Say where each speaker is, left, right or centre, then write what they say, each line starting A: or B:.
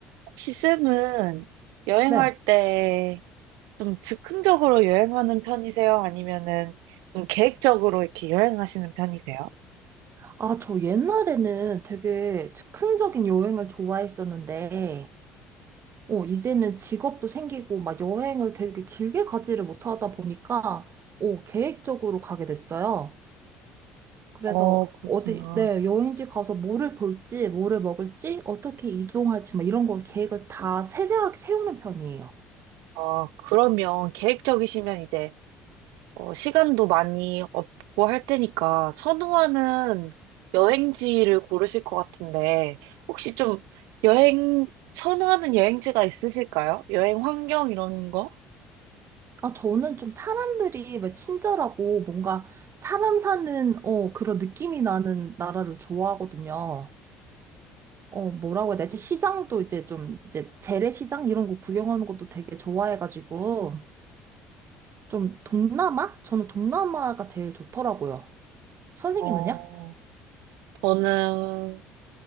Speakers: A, on the right; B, on the right.
A: 혹시 쌤은 여행할
B: 네.
A: 때 좀 즉흥적으로 여행하는 편이세요? 아니면은 좀 계획적으로 이렇게 여행하시는 편이세요?
B: 아, 저 옛날에는 되게 즉흥적인 여행을 좋아했었는데, 어, 이제는 직업도 생기고, 막 여행을 되게 길게 가지를 못하다 보니까, 어, 계획적으로 가게 됐어요. 그래서
A: 어, 그렇구나.
B: 어디, 네, 여행지 가서 뭐를 볼지, 뭐를 먹을지, 어떻게 이동할지, 막 이런 거 계획을 다 세세하게 세우는 편이에요.
A: 어, 그러면 계획적이시면 이제 어, 시간도 많이 없고 할 테니까 선호하는 여행지를 고르실 것 같은데 혹시 좀 여행, 선호하는 여행지가 있으실까요? 여행 환경 이런 거?
B: 아, 저는 좀 사람들이 왜 친절하고, 뭔가 사람 사는, 어, 그런 느낌이 나는 나라를 좋아하거든요. 어, 뭐라고 해야 되지? 시장도 이제 좀, 이제 재래시장 이런 거 구경하는 것도 되게 좋아해가지고, 좀 동남아? 저는 동남아가 제일 좋더라고요. 선생님은요?
A: 어, 저는